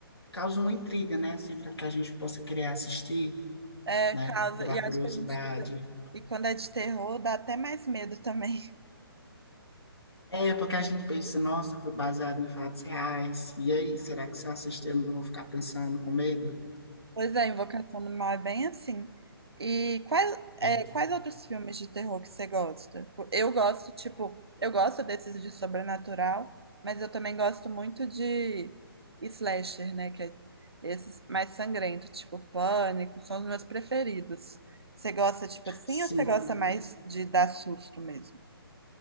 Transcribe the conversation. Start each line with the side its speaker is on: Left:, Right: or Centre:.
Left: causa uma intriga, né, assim, para que a gente possa querer assistir,
Right: É,
Left: né,
Right: causa.
Left: pela
Right: E acho
Left: curiosidade,
Right: que a gente fica. E quando é de terror, dá até mais medo também. <laughs>
Left: É, porque a gente pensa, nossa, foi baseado em fatos reais. E aí, será que se eu assistir eu não vou ficar pensando com medo?
Right: Pois é, Invocação do Mal é bem assim. E quais,
Left: É.
Right: é, quais outros filmes de terror que você gosta? Pô, Eu gosto, tipo, eu gosto desses de sobrenatural, mas eu também gosto muito de slasher, né? Que é esses mais sangrentos, tipo Pânico, são os meus preferidos. Você gosta, tipo assim,
Left: Sim.
Right: ou você gosta mais de dar susto mesmo?